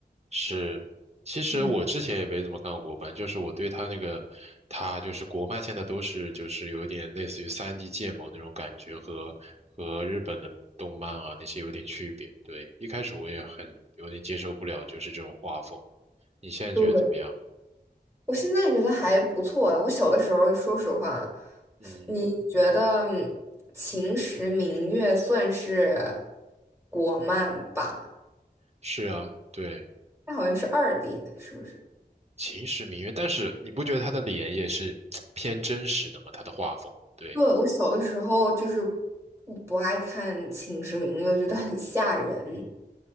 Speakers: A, on the right; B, on the right.
A: 是，其实我之前也没怎么看过国漫，
B: 嗯。
A: 就是我对他那个，他就是国漫现在都是就是有一点类似于三 d 建模那种感觉和，和日本的动漫啊那些有点区别。对，一开始我也很有点接受不了，就是这种画风。你现在觉得怎么样？
B: 对，我现在也觉得还不错啊。我小的时候，说实话，
A: 嗯，
B: 你觉得《秦时明月》算是国漫吧？
A: 是啊，对，
B: 它好像是二 D 的，是不是？
A: 秦时明月，但是你不觉得他的脸也是 <tsk> 偏真实的吗？他的画风，对。
B: 对，我小的时候就是不不爱看《秦时明月》，我觉得很吓人，